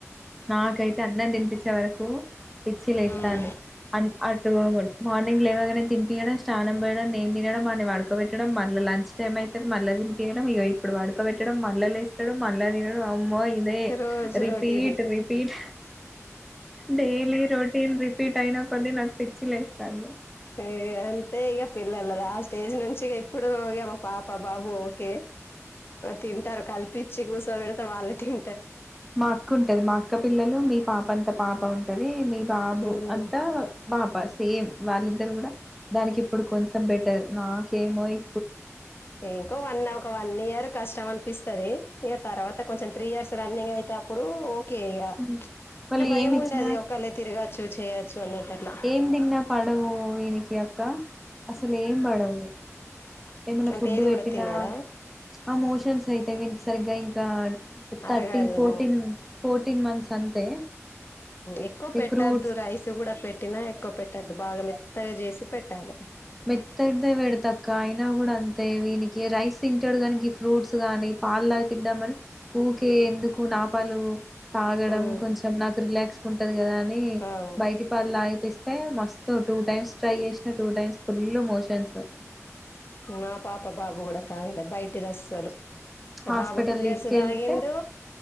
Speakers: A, in the centre; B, on the left.
A: నాకైతే అన్నం తినిపిచే వరకు పిచ్చి లేస్తాంది
B: ఉమ్
A: అన్ అటు మార్నింగ్ లేవగానే తినిపియడం స్నానం పోయడం నేను తినడం వాన్ని పడుకోబెట్టడం మళ్ళ లంచ్ టైమ్ అయితది మళ్ళ తినిపియడం ఇగ ఇప్పుడు పడుకోబెట్టడం మళ్ళ లేస్తడు మళ్ళా తినుడు అమ్మో ఇదే
B: రోజు
A: repeat
B: routine
A: repeat daily routine repeat అయిన కొద్దీ నాకు పిచ్చి లేస్తాంది.
B: ఏ అంతే ఇగా పిల్లల్గా ఆ స్టేజ్ నుంచి ఇప్పుడు మా పాప బాబు ఓకే తింటారు కల్పి ఇచ్చి కుసో పెడితే వాళ్లేతిం
A: మా అక్క ఉంటది మా అక్క పిల్లలు మీ పాప అంత పాప ఉంటది అదే మీ బాబు
B: ఉమ్
A: అంతా బాప సేమ్ వాళ్ళిద్దరు కూడా దానికి ఇప్పుడు కొంచెం బెటర్ నాకేమో ఇ
B: ఇంకో వన్ ఒక వన్ ఇయర్ కష్టం అనిపిస్తది ఇంగ తర్వాత అ కొంచెం త్రీ ఇయర్స్ రన్నింగ్ అయితే అప్పుడు ఓకే ఇగా
A: హ్మ్. వాళ్ళు
B: అంటే భయం
A: ఏమి ఇచ్చినా
B: ఉండది ఒక్కళ్ళే తిరగా చూ చేయొచ్చు అన్నట్టు అట్లా
A: ఏం తిన్నపడవు వీనికి అక్క అసలు ఏం పడవు ఏమన్న
B: అంటే
A: ఫుడ్డు
B: ఏది
A: పెట్టినా
B: కూడా తినడా
A: ఆ మోషన్స్ అయితే వీనికి సరిగా ఇంకా
B: అరగదేమో
A: థర్టీన్ ఫోర్టీన్ ఫో ఫోర్త్వీన్ మంత్స్ అంతే
B: ఎక్కువ
A: ఈ
B: పెట్టద్దు
A: ఫ్రూట్స్
B: రైస్ కూడా పెట్ట తినేవి ఎక్కువ పెట్టద్దు బాగా మెత్తగ చేసి పెట్టాలి
A: మెత్తటిదే పెడతక్క అయినా కూడా అంతే వీనికి రైస్ తింటడు కానీ ఇ ఫ్రూట్స్ గాని పాలుతాగిపిద్దామని ఊకే ఎందుకు నా పాలు తాగడం
B: ఉమ్
A: కొంచెం నాకు రిలాక్స్గ ఉంటది కదా అని
B: అవు
A: బయటి పాలు తాగిపి అయితే మస్తు టూ టైమ్స్ ట్రై చేసిన టూ టైమ్స్ ఫుల్ మోషన్స్
B: నా పాప బాబు కూడ తాగలే బయిటిదస్సలు మా
A: హాస్పిటల్
B: బాబు టూ ఇయర్స్
A: తీసుకెళ్తే
B: తాగిండు